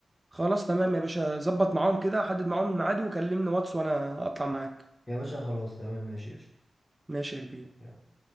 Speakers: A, on the right; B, on the left.
A: خلاص تمام يا باشا ظبط معاهم كده حدد معاهم الميعاد وكلمني واتس وانا اطلع معاك
B: يا باشا خلاص تمام ماشي قشطة.
A: ماشي يا كبير
B: يلا.